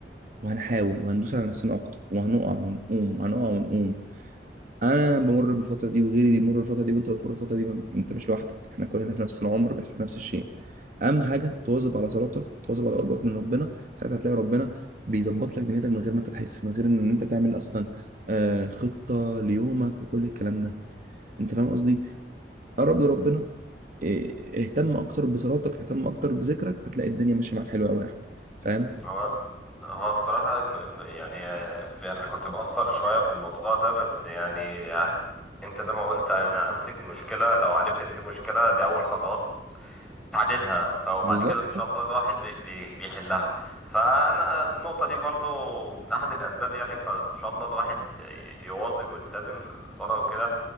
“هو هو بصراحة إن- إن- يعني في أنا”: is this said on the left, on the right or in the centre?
Centre